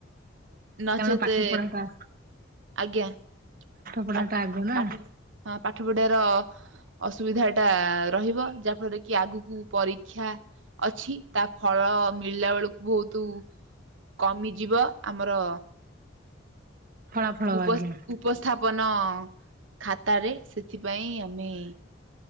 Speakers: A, on the right; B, on the right.
A: ନଚେତ
B: କାରଣ ପାଠ ପଢାଟା
A: ଆଜ୍ଞା।
B: ପଢା
A: ପାଠ
B: ଟା ଆଗ ନା
A: ପାଠ ହଁ ପାଠ ପଢ଼ିଆ ର ଅସୁବିଧା ଟା ରହିବ ଯାହା ଫଳରେ କି ଆଗକୁ ପରୀକ୍ଷା ଅଛି ତା ଫଳ ମିଳିଲା ବେଳକୁ ବହୁତ କମିଯିବ ଆମର।
B: ଫଳାଫଳ
A: ଉପ
B: ଆଜ୍ଞା
A: ଉପସ୍ଥାପନ ଖାତାରେ ସେଥିପାଇଁ ଆମେ